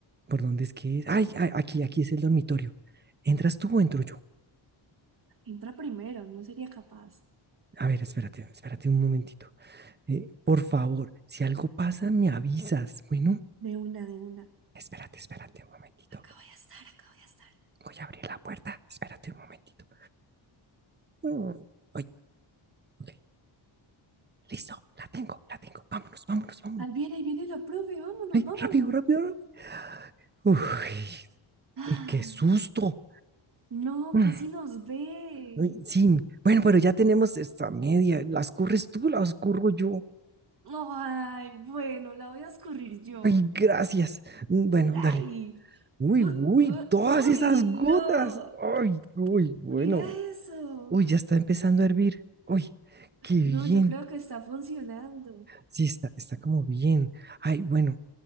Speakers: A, on the right (about 20°); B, on the right (about 50°).
A: ¿por dónde es que es? Ay, a- aquí, aquí es el dormitorio. ¿Entras tú o entro yo?
B: Entra primero, no sería capaz.
A: A ver, espérate, espérate un momentito. Eh, por favor, si algo pasa, me avisas. Bueno,
B: De una, de una.
A: espérate, espérate un momentito.
B: Acá voy a estar, acá voy a estar.
A: Voy a abrir la puerta. Espérate un momentito. Mm, ay, ok. Listo, la tengo, la tengo. Vámonos, vámonos, vámonos.
B: Ahí viene, ahí viene la profe, vámonos,
A: ¡Ay,
B: vámonos.
A: rápido, rápido, rápido! Uy,
B: Ay,
A: uy, qué susto.
B: no,
A: Mm,
B: casi nos ve.
A: uy, sí, bueno, pero ya tenemos esta media. ¿Las curres tú, las curro yo?
B: Ay, bueno, la voy a escurrir yo.
A: Ay, gracias. Mm, Bueno,
B: Ay,
A: dale. Uy,
B: uh,
A: uy,
B: uh,
A: todas
B: uy,
A: esas gotas.
B: no.
A: Ay, uy, bueno.
B: Mira eso.
A: Uy, ya está empezando a hervir. Uy, qué bien.
B: No, yo creo que está funcionando.
A: Sí, está, está como bien. Ay, bueno,